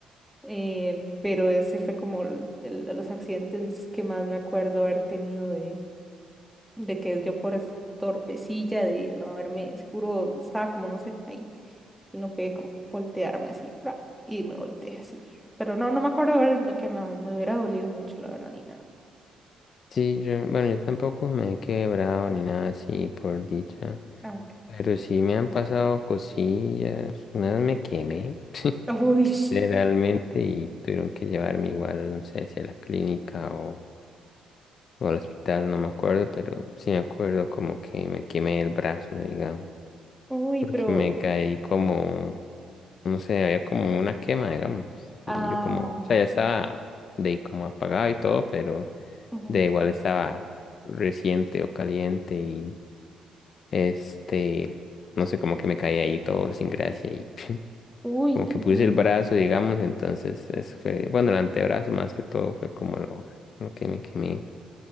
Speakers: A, in the centre; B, on the left.
A: eh, pero ese fue como el- el de los accidentes que más me acuerdo haber tenido de de que yo por es- torpecilla de no haberme, seguro estaba como, no sé, ahí, y no pude como voltearme así, fra, y me volteé así. Pero no, no me acuerdo el- que me, me hubiera dolido mucho, la verdad, ni nada.
B: Sí, yo, bueno, yo tampoco me he quebrado ni nada así, por dicha.
A: Aunque.
B: Pero sí me han pasado cosillas. Una vez me quemé, <laughs>
A: Uy,
B: literalmente, y tuvieron que llevarme igual, no sé si a la clínica o, o al hospital, no me acuerdo, pero sí me acuerdo como que me quemé el brazo, digamos,
A: uy,
B: porque
A: pero.
B: me caí como, no sé, había como una quema, digamos.
A: Ay.
B: Y yo como, o sea, ya estaba de ahí como apagado y todo, pero
A: ujú.
B: de igual estaba reciente o caliente y este, no sé, como que me caí ahí todo sin gracia y <laughs>
A: Uy,
B: como
A: qué,
B: que puse
A: mi-
B: el brazo, digamos, entonces eso fue, bueno, el antebrazo más que todo fue como lo, lo que me quemé,